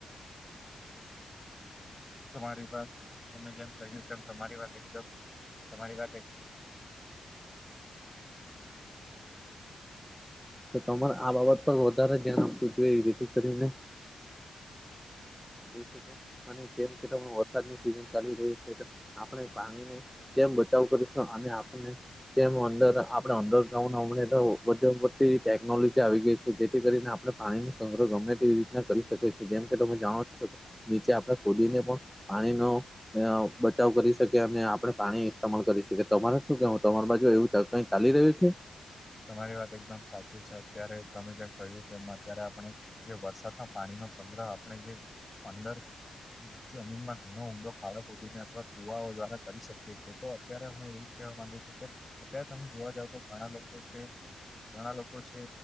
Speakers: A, on the left; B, in the centre.
A: તમારી વાત તમે જેમ કહ્યું તેમ તમારી વાત એકદમ તમારી વાત.
B: તો તમારે આ બાબત પર વધારે ધ્યાન આપવું જોઈએ એ રથી કરીને શ અને જેમ કે વરસાદની સિઝન ચાલી રહી છે આપણે પાણીને જેમ બચાવ કરીશ અને આપને જે અંદર આપડે અંડ ગા હમને તો બધી બધી ટેકનોલોજી આવી ગઈ છે જેથી કરીને આપણે પાણી નો સંગ્રહ ગમે તેવી રીતના કરી શકે છે જેમ કે તમે જાણો છો. નીચે આપણે કોદીને પણ પાણી ન અ બચાવ કરી શકે અને આપણે પાણી ઇસ્તેમલ કરી શકીએ તમારે શું કેવું તમારી બાજુ એવું ચ કઈ ચાલી રહ્યું છે.
A: તમારી વાત એકદમ સાચી છે અત્યારે તમે જેમ કહ્યું તેમ અત્યારે આપણે જે વરસાદના પાણીનોો સંગ્રહ આપણે જે અંદર જમીનમાં ઘણો ઊંડો ખાડો ખોધીને અથવા કુવાઓ દ્વારા કરી શકીએ છીએ તો અત્યારે હું એ કેવા માંગુ છું કે અત્યારે તમે જોવા જાવ તો ઘણા લોકો છે ઘણા લોકો છે.